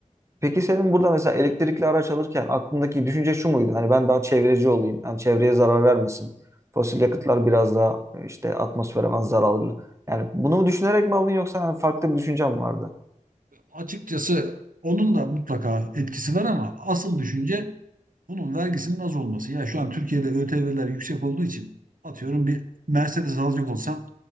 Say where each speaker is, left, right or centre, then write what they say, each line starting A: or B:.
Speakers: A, on the right (about 20°); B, on the right (about 85°).
A: Peki senin burada mesela elektrikli araç alırken aklındaki düşünce şu muydu? Hani ben daha çevreci olayım. Yani çevreye zarar vermesin. Fosil yakıtlar biraz daha işte atmosfere falan zararlı. Yani bunu mu düşünerek mi aldın yoksa hani farklı bir düşüncen mi vardı?
B: Açıkçası onun da mutlaka etkisi var ama asıl düşünce Bunun vergisinin az olması. Ya şu an Türkiye'de ÖTV'ler yüksek olduğu için atıyorum bir Mercedes alacak olsam